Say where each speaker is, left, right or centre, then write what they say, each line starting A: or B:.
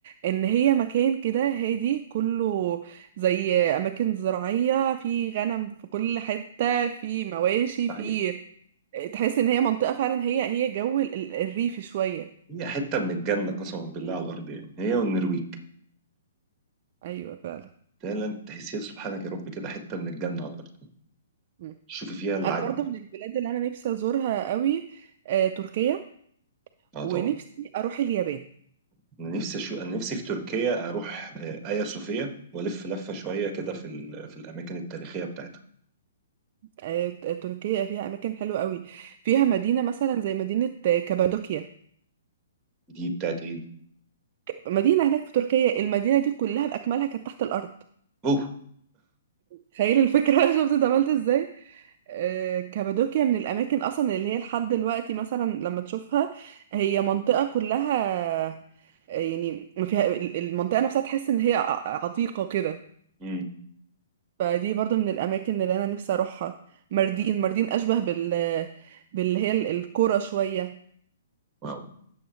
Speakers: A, on the right; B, on the right.
A: إن هي مكان كده هادي كله زي أماكن زراعية في غنم في كل حتة في مواشي
B: صحيح
A: في تحس إن هي منطقة فعلا هي هي جو ال- ال- الريف شوية
B: هي حته من الجنه قسما بالله على الارض يعني هي والنرويج
A: أيوة فعلا
B: فعلا تحسيها سبحانك يا رب كده حته من الجنه على الارض
A: مم.
B: شوفي فيها العجب
A: أنا برضو من البلاد اللي أنا نفسي أزورها قوي آه، تركيا
B: اه
A: ونفسي
B: طبعا
A: أروح اليابان
B: انا نفسي شو... انا نفسي في تركيا اروح آه، ايا صوفيا والف لفه شويه كده في ال... في الاماكن التاريخيه بتاعتها
A: آه، تركيا فيها اماكن حلوه قوي فيها مدينه مثلا زي مدينه آه، كابادوكيا
B: دي بتاعت ايه دي؟
A: مدينه هناك في تركيا المدينه دي كلها باكملها كانت تحت الارض
B: اوه
A: تخيل الفكره <laughs> شفت انت عملت ازاي آه، كابادوكيا من الاماكن اصلا اللي هي لحد دلوقتي مثلا لما تشوفها هي منطقه كلها آه، يعني ما فيها ال- المنطقه نفسها تحس ان هي ع- عتيقه كده
B: امم
A: فدي برضو من الاماكن اللي انا نفسي اروحها ماردين ماردين اشبه بال باللي هي ال- القرى شويه
B: واو